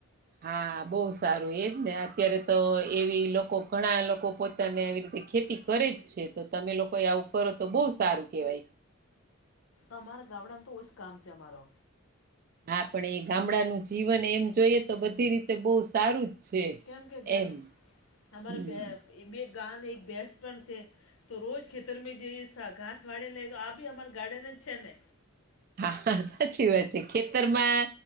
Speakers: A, on the right; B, on the left.
A: હા બહુ સારું એ જ ને, અત્યારે તો એવી લોકો ઘણા લોકો પોતાને આવી રીતે ખેતી કરે જ છે. તો તમે લોકોય આવું કરો તો બહુ સારું કેહેવાય.
B: અમારા ગામડામાં તો ઓ જ કામ છે અમારો.
A: હા પણ એ ગામડાનું જીવન એમ જોઈએ તો બધી રીતે બહુ સારું. જ છે.
B: કેમ કે ઘર
A: એમ
B: અમારે
A: હમ
B: ભે ઈ બે ગા ને એક ભેસ પણ છે, તો રોજ ખેતરમે જઈએ સા ઘાસ વાળી લઈએ તો આ બી અમાર ગાર્ડન જ છે ને.
A: હા હા સાચી વાત છે ખેતરમાં